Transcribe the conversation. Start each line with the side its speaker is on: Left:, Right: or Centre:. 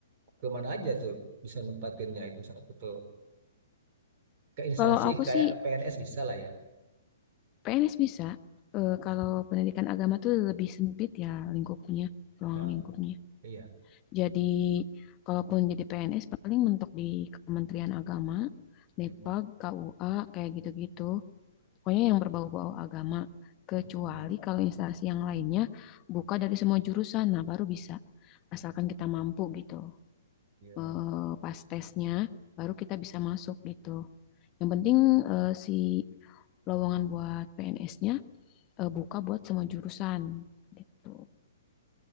Right: kemana aja tuh bisa nempatinnya itu misalnya aku tuh ke instansi
Left: Kalau aku
Right: kayak
Left: sih
Right: PNS bisa lah ya.
Left: PNS bisa. Eh,
Right: Hmm,
Left: kalau pendidikan agama tuh lebih sempit ya lingkupnya, ruang
Right: ha,
Left: lingkupnya.
Right: iya.
Left: Jadi, kalaupun jadi PNS paling mentok di Kementerian Agama, Depag,
Right: Hmm,
Left: KUA, kayak gitu-gitu. Pokoknya yang berbau-bau agama. Kecuali
Right: hmm,
Left: kalau instansi yang lainnya buka dari semua jurusan, nah baru bisa. Asalkan kita mampu gitu.
Right: iya.
Left: Eh, pas tesnya, baru kita bisa masuk gitu. Yang penting eh, si lowongan buat PNS-nya eh, buka buat semua jurusan gitu.